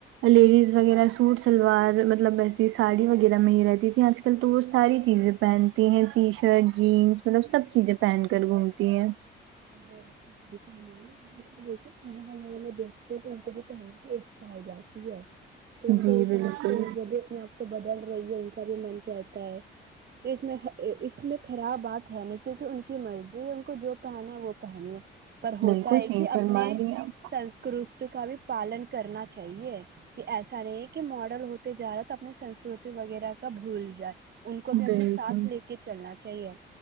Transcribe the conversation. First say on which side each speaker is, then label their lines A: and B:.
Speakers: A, on the right; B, on the right.
A: لیڈیز وغیرہ سوٹ سلوار مطلب ویسی ساڑی وغیرہ میں ہی رہتی تھی آج کل کل تو وہ ساری چیزیں پہنتی ہیں ٹی شرٹ جینس مطلب سب چیزیں پہن کر گھومتی ہیں
B: <unintelligible> دیکھتے تو ان کو بھی کی اچھ ہو جاتی ہے تو ان
A: جی
B: کے حساب
A: بالکل
B: سے وہ بھی اپنے آپ تو بدل رہی ہے ان کا بھی من کہتا ہے اس میں اس میں خراب بات ہے نا کیونکہ ان کی مرضی ہے ان کو جو پہنا ہے وہ پہنیں پر ہوتا
A: بالکل
B: ہے
A: صحیح
B: کہ
A: فرما
B: اپنے
A: رہی ہیں آپ
B: سنسکرت کا بھی پالن کرنا چاہیے کہ ایسا نہیں ہے کہ ماڈرل ہوتے جا رہا تو اپنی سنسکرتی وغیرہ کا بھول جائے ان کو بھی اپنے
A: بالکل
B: ساتھ لے کے چلنا چاہیے